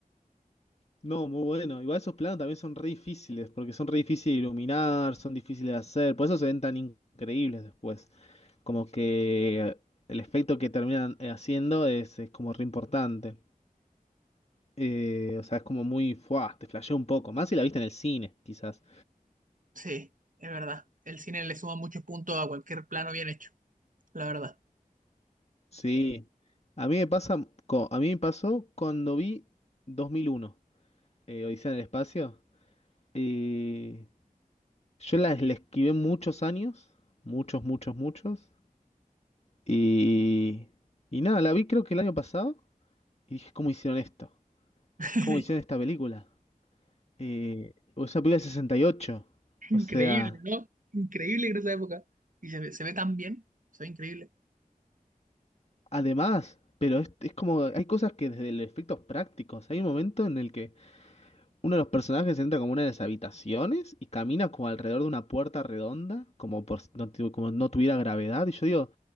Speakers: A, on the left; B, on the right.
A: No, muy bueno. Igual esos planos también son re difíciles, porque son re difíciles de iluminar, son difíciles de hacer, por eso se ven tan increíbles después. Como que el efecto que terminan eh, haciendo es, es como re importante. Eh, o sea, es como muy, fuah, te flasheó un poco, más si la viste en el cine, quizás.
B: Sí, es verdad. El cine le suma muchos puntos a cualquier plano bien hecho. La verdad.
A: Sí. A mí me pasa, co- a mí me pasó cuando vi 2001, eh, Odisea en el espacio. Eh, yo la, la esquivé muchos años, muchos, muchos, muchos. Y, y nada, la vi creo que el año pasado y dije, ¿cómo hicieron esto?
B: <laughs>
A: ¿Cómo hicieron esta película? Eh, es una película de sesenta y ocho
B: Increíble,
A: O sea,
B: ¿no? Increíble en esa época. Y se ve, se ve tan bien. Se ve increíble.
A: además, pero es, es como, hay cosas que desde los efectos prácticos, hay un momento en el que uno de los personajes entra como una de las habitaciones y camina como alrededor de una puerta redonda, como por si no, tu- como no tuviera gravedad. Y yo digo,